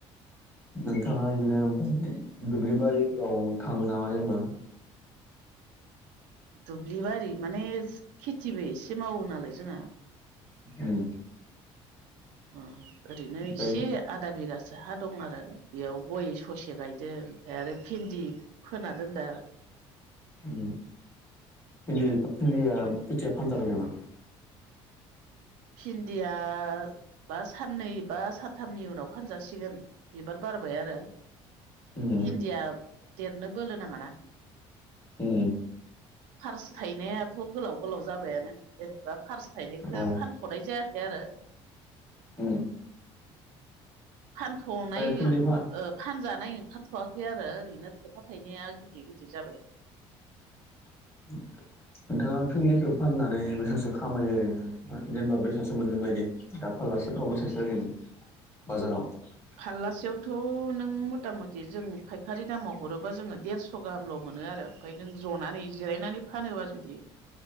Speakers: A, on the left; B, on the right.
A: नोंथाङा बिदिनो बै दुब्लिबारिफोराव थाङो नामा? जेनेबा
B: दुब्लि बारि माने खिटिबो एसे मावो नालाय जोङा
A: उम
B: ओ ओरैनो
A: ओमफ्राय
B: इसे आधा बिगासो हा दं आरो बेयाव गय ससे गायदों ओमफाय आरो भेन्दि फोना दोनदो आरो
A: ओम भिन्दिआ खोथिया फानजाबाय नामा?
B: भिन्दिया बा साननै बा सानथामनि उनाव फानजासिगोन बिबार बारबाय आरो
A: उम
B: भिन्दिया देरनो बोलो नाङाना
A: औ
B: फार्स थाइनायाथ' गोलाव गोलाव जाबायानो जेनेबा फार्स थाइनायखो
A: औ
B: थनाय जायाखै आरो
A: औ
B: फानथ'नाय
A: भिन्दि फा
B: ओ फानजानाय ओंखारथ'वाखै आरो ओरैनो थायफा थाइनैया गिदिर गिदिर जाबाय
A: लांदां नोंथाङा भिन्दिखौ फाननानै बेसांसो खामायो ओरैनो जेनेबा बेसांसो मोनगोन बायदि दा फालासेफ्राव बेसांसो ओरैनो बाजाराव
B: फाल्लासेयावथ' नों मटा मटि जों फायखारि दामाव हरोबा जोङो देरस' गाहामल' मोनो आरो ओमफाय नों जनानै जिरायनानै फानोबा जुदि